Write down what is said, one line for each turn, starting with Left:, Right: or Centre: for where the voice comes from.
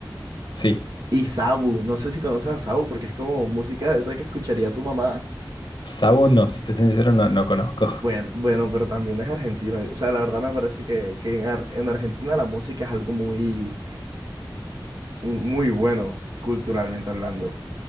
Left: Sí,
Right: Y Sabu, no sé si conoces a Sabu porque es como música de esa que escucharía tu mamá
Left: Sabu no, si te soy sincero, no, no conozco.
Right: Bueno, bueno, pero también es argentino. O sea, la verdad me parece que, que en, Ar- en Argentina la música es algo muy, muy bueno, culturalmente hablando.